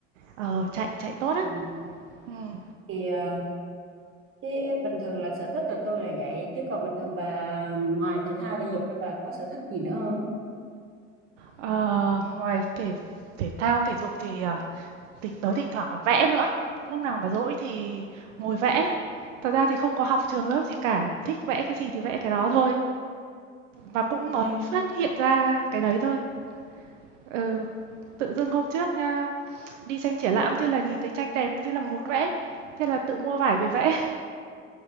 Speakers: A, on the right; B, on the right.
A: ờ, chạy chạy tốt á.
B: ừ.
A: Ừm,
B: thì à, thế bình thường là sở thích của tôi là vậy chứ còn bình thường bà ngoài thể thao thể dục ra bà có sở thích gì nữa không
A: ờ, ngoài thể thể thao, thể dục thì, ờ, thỉnh tớ thỉnh thoảng còn vẽ nữa. Lúc nào mà rỗi thì ngồi vẽ. Thật ra thì không có học trường lớp gì cả, thích vẽ cái gì thì vẽ cái đó thôi, và cũng
B: quên
A: mới phát hiện ra cái đấy thôi. Ừ, tự dưng hôm trước, a, đi xem triển lãm thế là nhìn thấy tranh đẹp, thế là muốn vẽ, thế là tự mua vải về vẽ.